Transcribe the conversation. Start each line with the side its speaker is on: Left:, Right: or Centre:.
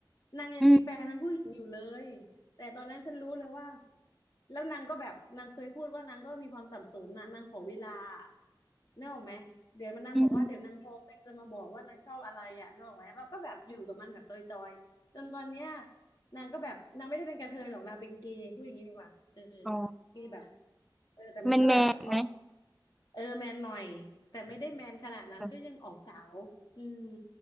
Left: นางยังมีแฟนเป็นผู้หญิงอยู่เลย
Centre: อืม
Left: แต่ตอนนั้นฉันรู้เลยว่าแล้วนางก็แบบนางเคยพูดว่านางก็มีความสับสนนะนางขอเวลาเนกออกไหมเดี๋ยวมันนางบอกว่าเดี๋ยวนางพร้อมนางจะมาบอกว่านางชอบอะไรอ่ะเนกออกไหมเราก็แบบอยู่กับมันแบบจอยๆจนตอนเนี้ย
Centre: อืม
Left: นางก็แบบนางไม่ได้เป็นกระเทยหรอกนางเป็นเกย์พูดอย่างนี้ดีกว่าเออแบบเกย์แบบ
Centre: อ๋อ
Left: เออแต่มันก็แบบออก
Centre: แมนแมนไหม
Left: เออแมนหน่อยแต่ไม่ได้แมนขนาดนั้นก็ยังออกสาวอืม
Centre: แบบ